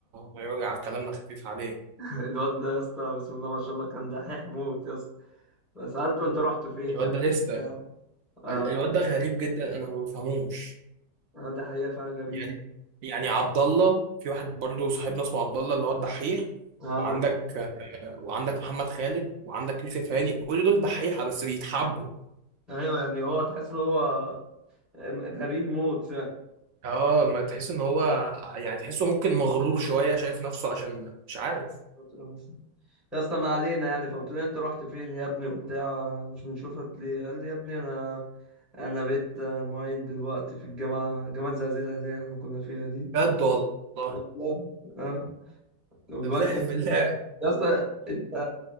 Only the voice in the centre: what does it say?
<laughs> الواد ده يا اسطى بسم الله ما شاء الله كان دحيح موت يا اسطى فسالته انت رحت فين
يا ابني
بتاع آه
آه، ده حقيقه فعلا غريب
عارف
ايوه يعني هو تحس ان هو غريب موت فعلا
قلت له مش يا اسطى ما علينا يعني فقلت له انت رحت فين يا ابني وبتاع مش بنشوفك ليه قال لي يا ابني انا انا بقيت معيد دلوقتي في الجامعه جامعه زعزع الاهليه احنا كنا فيها دي
لا اه والواد
من-
يا اسطى انت